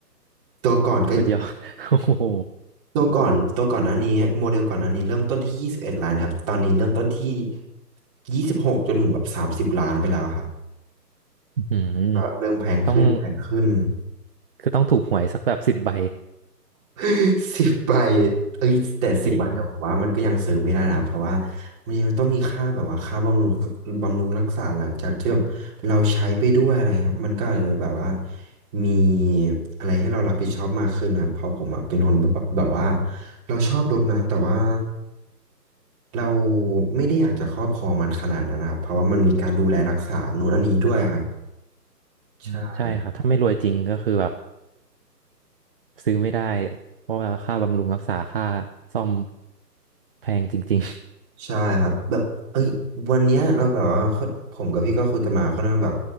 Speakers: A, on the right; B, on the right.
A: ตัวก่อนก็
B: สุดยอด <laughs> โอ้โห
A: ตัวก่อนตัวก่อนหน้านี้โมเดลก่อนหน้านี้เริ่มต้นที่ยี่สิบเอ็ดล้านครับตอนนี้เริ่มต้นที่ยี่สิบหกจนถึงแบบสามสิบล้านไปแล้วครับ
B: อืม
A: ก็เริ่มแพงขึ้นแพงขึ้น
B: ต้อง คือต้องถูกหวยสักแบบสิบใบ
A: <laughs> สิบใบเอ้ยแต่สิบบาบเนี่ยวผมว่ามันก็ยังซื้อไม่ได้นะเพราะว่า
B: จริง
A: มันยังต้องมีค่าแบบว่าค่าบำรุงบำรุงรักษาหลังจากที่แบบเราใช้ไปด้วยอะไรครับมันก็อาจจะแบบว่ามีอะไรให้เรารับผิดชอบมากขึ้นนะครับเพราะผมอะเป็นคนแบบแบบว่าเราชอบรถนะแต่ว่าเราไม่ได้อยากจะครอบครองมันขนาดนั้นนะครับเพราะว่ามันมีการดูแลรักษานู่นอันนี้ด้วยครับใช่
B: อืมใช่ครับ ถ้าไม่รวยจริงก็คือแบบซื้อไม่ได้ เพราะว่าค่าบำรุงรักษาค่าซ่อมแพงจริง
A: ใช่ครับแบบเอ้ยวันเนี้ยเราแบบว่าค่อนผมกับพี่ก็คุยกันมาค่อนข้างแบบ